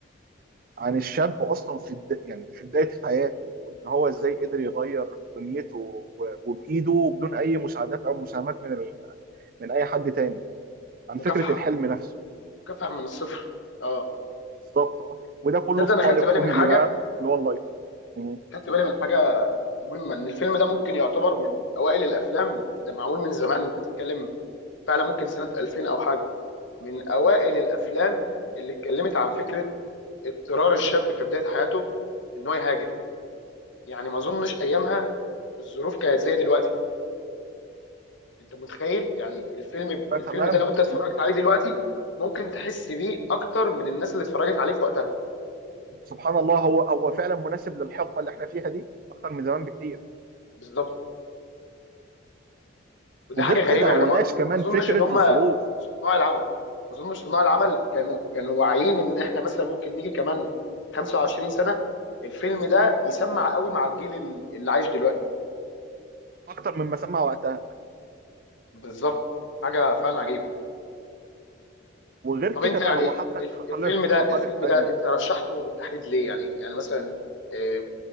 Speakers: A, on the right; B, on the left.
A: عن الشاب اصلا في الد... يعني في بدايه حياته وان هو ازاي
B: مم.
A: قدر يغير دنيته و... وبايده بدون اي مساعدات او مساهمات من ال... من اي حد تاني عن
B: مكافحه
A: فكره الحلم نفسه يعني
B: مكافحه من الصفر اه
A: بالظبط اه وده كله
B: تصدق
A: في
B: انا
A: قالب
B: خدت بالي
A: كوميدي
B: من حاجه
A: بقى اللي هو اللايت مم.
B: خدت بالي من حاجه مهمه ان الفيلم ده ممكن يعتبر من اوائل الافلام ده معمول من زمان انت بتتكلم فعلا ممكن سنه 2000 او حاجه من اوائل الافلام اللي اتكلمت عن فكره اضطرار الشاب في بدايه حياته ان هو يهاجر يعني ما اظنش ايامها الظروف كانت زي دلوقتي انت متخيل يعني الفيلم
A: آه،
B: الفيلم
A: تماما
B: ده لو انت اتفرجت
A: مم.
B: عليه دلوقتي ممكن تحس بيه اكتر من الناس اللي اتفرجت عليه في وقتها
A: سبحان الله هو هو فعلا مناسب للحقبه اللي احنا فيها دي اكتر من زمان بكتير
B: بالظبط ودي
A: وغير
B: حاجه غريبه
A: كده هو
B: يعني ما
A: ناقش كمان
B: ما اظنش
A: فكره
B: ان هم
A: الظروف
B: صناع العمل ما اظنش صناع العمل كانوا كانوا واعيين ان احنا مثلا ممكن نيجي كمان 25 سنه الفيلم ده يسمع قوي مع الجيل ال- اللي عايش دلوقتي
A: اكتر مما سمع وقتها
B: بالظبط حاجه فعلا عجيبه
A: وغير
B: طب
A: كده
B: انت
A: بقى
B: يعني
A: هو حطك
B: الف-
A: كخالف
B: الفيلم ده
A: كخالف
B: الفيلم
A: فني
B: ده انت رشحته بالتحديد ليه يعني يعني مثلا آه،